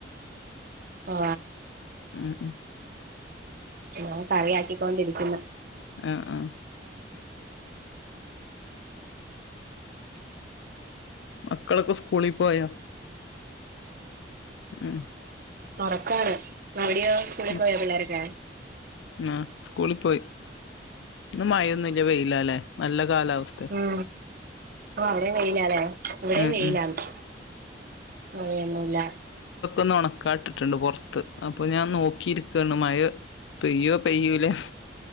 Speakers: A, on the right (about 55°); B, on the left (about 85°).
A: ആ
B: ഉം
A: നിങ്ങളെ കളിയാക്കിക്കൊണ്ടിരിക്കുന്നു
B: ആ ആ മക്കളൊക്കെ സ്കൂളി പോയാ ഉം
A: <unintelligible> മടിയോ സ്കുളിൽ
B: ഉം
A: പോയ പിള്ളരക്ക
B: ആ സ്കൂളിൽ പോയി ഇന്ന് മഴൊന്നും ഇാ വെയില അല്ലെ നല്ല കാലാവസ്ഥ
A: ഉം ആ അവരെ കയിലാല്ലേ ഇവിടെ
B: ഉം
A: വെലന്ന്
B: ഉം
A: അങ്ങനൊന്നുമില്ല
B: ന്ന് ഉണക്കാട്ടിട്ടുണ്ട് പുറത്ത് അപ്പൊ ഞാൻ നോക്കിയിരിക്കാണ് മഴ പെയ്യോ പെയ്യൂല്ലേ